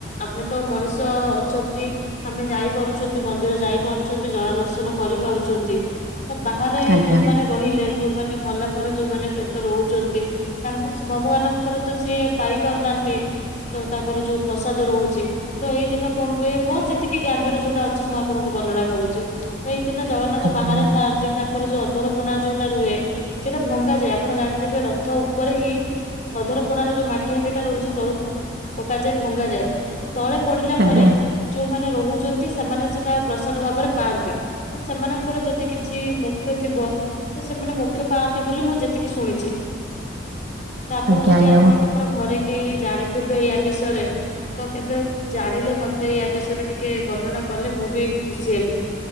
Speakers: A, on the left; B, on the right.
A: ଆମେ ତ ମଣିଷ ଅଛନ୍ତି ଆମେ ଯାଇପାରୁଛନ୍ତି ମନ୍ଦିର ଯାଇପାରୁଛନ୍ତି ଜଗା ଦର୍ଶନ କରିପାରୁଛନ୍ତି ତ ବାହାରେ
B: ଆଜ୍ଞା
A: ଯୋଉମାନେ ରହିଲେ ଯୋଉମାନେ ମଲା ପରେ ଯୋଉମାନେ ପ୍ରେତ ରହୁଛନ୍ତି ତାଙ୍କୁ ଭଗବାନଙ୍କର ତ ସିଏ ପାଇ ପାରୁନାହାନ୍ତି ତ ତାଙ୍କର ଯୋଉ ପ୍ରସାଦ ରହୁଛି ତ ଏଇ ଦିନ କଣ ହୁଏ ମୋର ଯେତିକି ଜ୍ଞାନରେ ଯୋଉଟା ଅଛି ମୁଁ ଆପଣଙ୍କୁ ବର୍ଣନା କରୁଛି ତ ଏଇ ଦିନ ଜଗନ୍ନାଥ
B: ଆଜ୍ଞା
A: ବାହାରେ ଥାଆନ୍ତି ତାଙ୍କର ଯୋଉ ଅଧର ପଣା ଯୋଉଟା ରୁହେ ସେଇଟା ଭଙ୍ଗାଯାଏ ଆପଣ ଜାଣିଥିବେ ରଥ ଉପରେ ହିଁ ଅଧର ପଣାର ଯୋଉ ମାଟି ହାଣ୍ଡି ଟା ରହୁଛି ତଳକୁ ପକାଯାଏ ଭଙ୍ଗାଯାଏ ତଳେ ପଡିଲା
B: ଆଜ୍ଞା
A: ପରେ ଯୋଉମାନେ ରହୁଛନ୍ତି ସେମାନେ ସେଟା ପ୍ରସାଦ ଭାବରେ ପାଆନ୍ତି ତ ସେମାନଙ୍କର ଯଦି କି କିଛି ମୋକ୍ଷ ଥିବ ତ ସେମାନେ ମୋକ୍ଷ ପାଆନ୍ତି ବୋଲି ମୁଁ ଯେତିକି ଶୁଣିଛି ତ ଆପଣ
B: ଆଜ୍ଞା
A: ଯଦି
B: ଆଜ୍ଞା
A: ଆପଣଙ୍କର
B: ମୁଁ
A: ଘରେ କେହି ଜାଣିଥିବେ ୟା ବିଷୟରେ ତ କେବେ ଜାଣିଲେ ମତେ ଇଆ ବିଷୟରେ ଟିକେ ବର୍ଣ୍ଣନା କଲେ ମୁଁ ବି ଖୁସି ହେବି